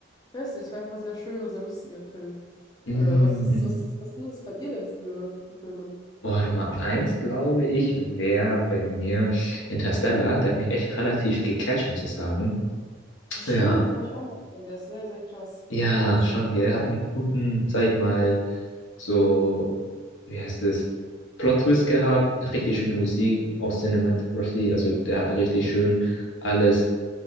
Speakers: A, on the left; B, on the left.
A: ich weiß nicht, war einfach ein sehr schön und sehr lustiger Film.
B: Mm,
A: Äh, was ist,
B: Mhm.
A: was ist, was sind das bei dir denn für, für Filme?
B: Boah, Nummer eins, glaube ich, wäre bei mir Interstellar. Der hat mich echt relativ gecatcht, muss ich sagen.
A: Ja, stimmt,
B: Ja,
A: den habe ich auch mal gesehen. Der ist sehr, sehr krass.
B: ja,
A: Sehr krass.
B: schon, gell. Hat einen guten, sag ich mal, so, wie heißt es, Plot-Twist gehabt, richtig schöne Musik, auch Cinematography, also der hat richtig schön alles